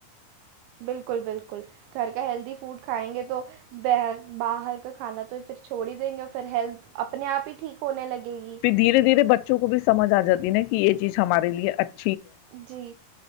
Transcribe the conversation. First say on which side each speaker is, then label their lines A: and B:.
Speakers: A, on the right; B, on the left.
A: بالکل بالکل بالکل گھر کا ہیلدی فوڈ کھائیں گے تو بر باہر کا کھانا تو یہ پھر چھوڑ ہی دیں گے پھر ہیلتھ اپنے آپ ہی ٹھیک ہونے لگے گی
B: پھر دھیرے دھیرے بچوں کو بھی سمجھ آ جاتی ن یہ چیز ہمارے لیے اچھا
A: جی